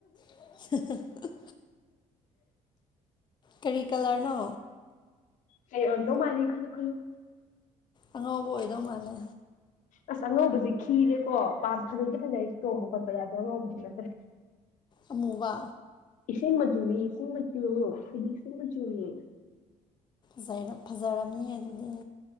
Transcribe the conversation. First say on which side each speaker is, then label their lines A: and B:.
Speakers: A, on the left (about 35°); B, on the left (about 65°).
A: ꯍ ꯀꯔꯤ ꯀꯂꯔꯅꯣ
B: ꯀꯔꯤ ꯑꯣꯢꯔꯝꯗꯧ ꯃꯥꯂꯤ ꯈꯜꯂꯨ ꯈꯜꯂꯨ
A: ꯑꯉꯧꯕ ꯑꯣꯏꯗꯧ ꯃꯥꯜꯂꯦ
B: ꯑꯁ ꯑꯉꯧꯕꯁ ꯈꯤꯔꯦꯀꯣ ꯄ ꯐꯖꯩꯗꯤ ꯐꯖꯩ ꯇꯣꯡꯝꯕ ꯈꯣꯠꯄ ꯗ ꯑꯉꯧꯕꯗꯤ ꯅꯠꯇ꯭ꯔꯦ
A: ꯑꯃꯨꯕꯥ
B: ꯏꯁꯤꯡ ꯃꯆꯨꯅꯤ ꯏꯁꯤꯡ ꯃꯆꯨ ꯑꯈꯣꯢꯗꯤ ꯏꯁꯤꯡ ꯃꯆꯨꯅꯤ
A: ꯐꯖꯩ ꯐꯖꯔꯝꯅꯤ ꯑꯗꯨꯗꯤ